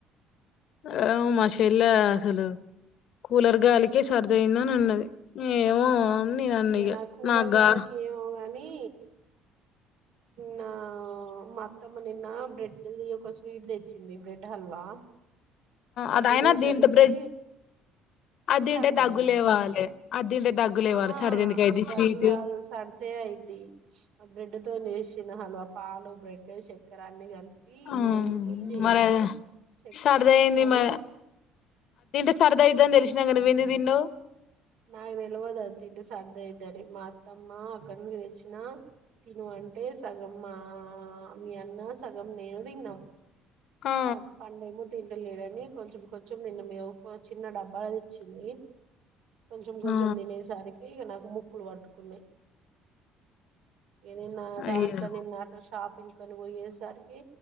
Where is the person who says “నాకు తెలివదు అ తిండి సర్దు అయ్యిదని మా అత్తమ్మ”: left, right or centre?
Right